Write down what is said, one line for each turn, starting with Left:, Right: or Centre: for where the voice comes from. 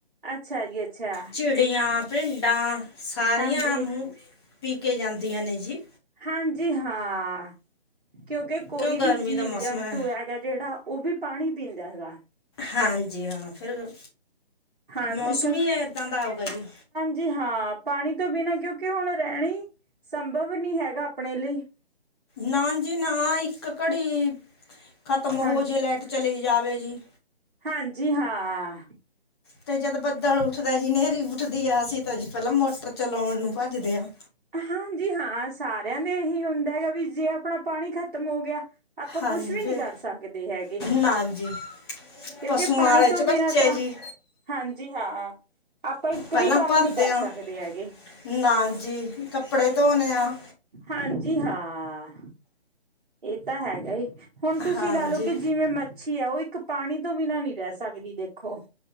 Right: ਅੱਛਾ ਜੀ ਅੱਛਾ
Left: ਚਿੜੀਆਂ ਪਿੰਢਾ ਸਾਰਿਆਂ
Right: ਹਾਂਜੀ
Left: ਮ ਪੀ ਕੇ ਜਾਂਦੀਆਂ ਨੇ ਜੀ।
Right: ਹਾਂਜੀ, ਹਾਂ ਕਿਉਂਕਿ ਕੋਈ
Left: ਕਿਉਂ
Right: ਵੀ
Left: ਗਰਮੀ
Right: ਜੀਵ
Left: ਦਾ ਮੌਸਮ
Right: ਜੰਤੂ
Left: ਹੈ
Right: ਹੈਗਾ ਜਿਹੜਾ ਉਹ ਵੀ ਪਾਣੀ ਪੀਂਦਾ ਹੈਗਾ।
Left: ਹਾਂਜ। ਜੀ ਹਾਂ, ਫਿਰ
Right: ਹਾਂਜੀ
Left: ਮੌਸਮ ਹੀ ਏਦਾਂ ਦਾ ਆਊਗਾ ਜੀ।
Right: ਜੀ ਹਾਂ, ਪਾਣੀ ਤੋਂ ਬਿਨਾਂ ਕਿਉਂਕਿ ਹੁਣ ਰਹਿਣਾ ਹੀ ਸੰਭਵ ਨਹੀਂ ਹੈਗਾ ਅਪਣੇ ਲਈ
Left: ਨਾ ਜੀ ਨਾ, ਇੱਕ ਘੜੀ ਖ਼ਤਮ ਹੋ
Right: ਹਾਂਜੀ
Left: ਜੇ, ਲਾਈਟ ਚਲੀ ਜਾਵੇ ਜੀ
Right: ਹਾਂਜੀ, ਹਾਂ।
Left: ਤੇ ਜਦ ਬੱਦਲ ਉੱਠਦਾ ਜੀ, ਹਨੇਰੀ ਉੱਠਦੀ ਆ, ਅਸੀਂ ਤਾਂ ਪਹਿਲਾਂ ਮੋਟਰ ਚਲਾਉਣ ਨੂੰ ਭੱਜ ਜਦੇ ਆ
Right: ਹਾਂਜੀ, ਹਾਂ, ਸਾਰਿਆਂ ਦੇ ਇਹੀ ਹੁੰਦਾ ਹੈਗਾ ਵੀ ਜੇ ਆਪਣਾ ਪਾਣੀ ਖਤਮ ਹੋ ਗਿਆ ਆਪਾਂ
Left: ਹਾਂਜੀ
Right: ਕੁਛ ਵੀ
Left: ਫਿਰ
Right: ਨੀ ਕਰ ਸਕਦੇ ਹੈਗੇ
Left: ਨਾ ਜੀ
Right: ਕਿਉਂਕਿ
Left: ਪਸ਼ੂਆਂ
Right: ਪਾਣੀ
Left: ਵਾਲੇ ਚ
Right: ਤੋਂ
Left: ਬੱਚੇ
Right: ਬਿਨਾਂ ਤਾਂ,
Left: ਜੀ
Right: ਹਾਂਜੀ, ਹਾਂ, ਆਪਾਂ ਇੱਕ
Left: ਪਹਿਲਾਂ
Right: ਵੀ ਕੰਮ
Left: ਭਰਦੇ
Right: ਨੀ ਕਰ
Left: ਆ
Right: ਸਕਦੇ ਹੈਗੇ।
Left: ਨਾ ਜੀ ਕੱਪੜੇ ਧੋਨੇ ਆ।
Right: ਹਾਂਜੀ, ਹਾਂ। ਇਹ ਤਾਂ ਹੈਗਾ ਈ। ਹੁਣ ਤੁਸੀਂ
Left: ਹਾਂਜੀ
Right: ਲਾ ਲਓ ਕਿ ਜਿਵੇਂ ਮ ਛੀ ਹੈ, ਉਹ ਇੱਕ ਪਾਣੀ ਤੋਂ ਬਿਨਾਂ ਨਹੀਂ ਰਹਿ ਸਕਦੀ, ਦੇਖੋ।